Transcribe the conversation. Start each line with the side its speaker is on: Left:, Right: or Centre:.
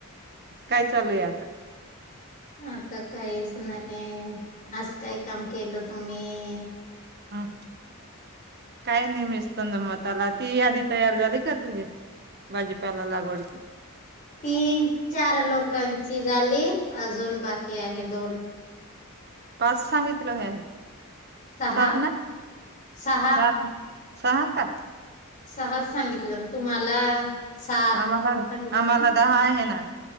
Right: काय चालू आहे आता?
Left: आता काहीच नाही आज काय काम केलं तुम्ही?
Right: हम्म काही नाही मिसतंद मताला ती यादी तयार झाली का तुझी. भाजीपाला लागवड
Left: तीन चार लोकांची झाली अजून बाकी आहे दोन
Right: पाच सांगितलं हे
Left: सहा
Right: सात ना
Left: सहा
Right: सात. हा का.
Left: सहा सांगितलं तुम्हाला सात
Right: आम्हाला
Left: सांगितलं
Right: आम्हाला
Left: ना.
Right: दहा आहे
Left: <inaudible>
Right: ना